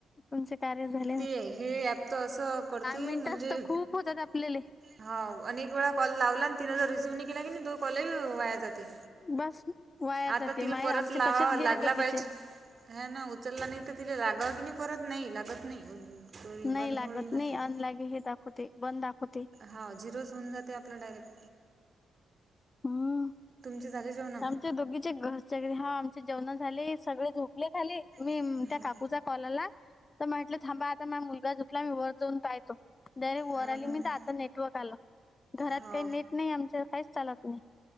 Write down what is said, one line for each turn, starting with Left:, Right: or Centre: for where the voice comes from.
Left: तुमचं कार्य झालं.
Right: ते हे ऍप तर असं करतेय
Left: मिनिटच
Right: म्हणजे,
Left: तर खूप होतात आपल्याले
Right: हा हो अनेक वेळा कॉल लावला, आणि तिन जर रिसीव्ह नाही केला की, तो कॉल ही वाया जाते.
Left: बस वाया
Right: आता
Left: जाते
Right: तिला
Left: माय
Right: परत
Left: आमचे
Right: लावा
Left: तसेच
Right: लागला
Left: गेले दोघीचे
Right: पाहिजे. हा ना उचलला नाही तर, तिला लागत नाही परत नाही लागत नाही. तो हे
Left: नाही
Right: बंद
Left: लागत
Right: पडून जाते
Left: नाही. अनलागे हे दाखवते बन दाखवते.
Right: हावं झिरोज होन जाते आपला डायरेक्ट.
Left: हम्.
Right: तुझ झाले जेवण.
Left: दोघीचे घरचं हा, आमचे जेवण झाले सगळे झोपले खाली. मी
Right: हम्म.
Left: त्या काकूचा कॉलला, तर म्हटलं थांबा आता माझा मुलगा झुपला मी वर जाऊन पाहतो. डारेक्ट वर
Right: हो
Left: आली
Right: ना ना.
Left: मी तर आता नेटवर्क आलं, घरात
Right: हो
Left: काही नेट नाही आमचं काहीच चालत नाही.